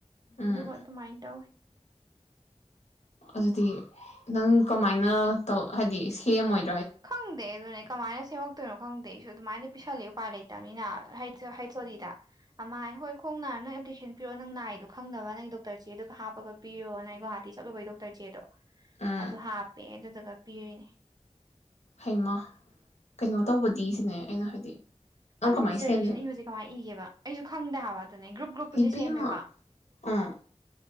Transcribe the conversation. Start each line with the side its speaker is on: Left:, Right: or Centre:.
Left: ꯎꯝ
Right: ꯑꯗꯨꯝ ꯑꯗꯨꯃꯥꯏꯅ ꯇꯧꯋꯤ
Left: ꯑꯗꯨꯗꯤ ꯅꯪ ꯀꯃꯥꯏꯅ ꯇꯧ ꯍꯥꯏꯗꯤ ꯁꯦꯝꯃꯣꯏ
Right: ꯈꯪꯗꯦ ꯑꯗꯨꯅꯦ ꯀꯃꯥꯏꯅ ꯁꯦꯝꯃꯛꯇꯣꯏꯅꯣ ꯈꯪꯗꯦ ꯑꯩꯁꯨ ꯑꯗꯨꯃꯥꯏꯅ ꯄꯤꯁꯜꯂꯦ ꯎꯄꯥꯏ ꯂꯩꯇꯕꯅꯤꯅ ꯍ ꯍꯩꯠ ꯑꯣꯂꯤꯗ ꯑꯃ ꯍꯥꯏ ꯍꯣꯏ ꯈꯣꯡ ꯅꯥꯔ ꯅꯪ ꯑꯦꯄ꯭ꯂꯤꯀꯦꯁꯟ ꯄꯤꯔꯛ ꯅꯪ ꯅꯥꯏꯗꯣ ꯈꯪꯗꯅꯕ ꯅꯪꯒꯤ ꯗꯣꯛꯇꯔ ꯆꯦꯗꯨꯒ ꯍꯥꯞꯄꯒ ꯄꯤꯔꯣ ꯅꯪ ꯒꯧꯍꯥꯇꯤ ꯆꯠꯂꯨꯕꯒꯤꯩ ꯗꯣꯛꯇꯔ ꯆꯦꯗꯣ
Left: ꯎꯝ
Right: ꯑꯗꯨ ꯍꯥꯄꯦ ꯑꯗꯨꯗꯨꯒ ꯄꯤꯔꯤꯅꯤ
Left: ꯍꯩꯃ ꯀꯩꯅꯣ ꯇꯧꯕꯗꯤ ꯁꯤꯅꯦ ꯑꯩꯅ ꯍꯥꯏꯗꯤ ꯅꯪ
Right: ꯑꯗꯨꯗꯤ
Left: ꯀꯃꯥꯏꯅ
Right: ꯗꯤꯖꯔꯇꯦꯁꯟ
Left: ꯁꯦꯝꯗꯣꯏꯅꯣ
Right: ꯏꯕꯁꯦ ꯀꯃꯥꯏꯅ ꯏꯒꯦꯕ ꯑꯩꯁꯨ ꯈꯪꯗꯦ ꯍꯥꯏꯕ ꯑꯗꯨꯅꯦ ꯒ꯭ꯔꯨꯞ ꯒ꯭ꯔꯨꯞꯄꯨꯗꯤ
Left: ꯏꯕꯦꯝꯃ
Right: ꯁꯦꯝꯃꯦꯕ꯫
Left: ꯑꯥ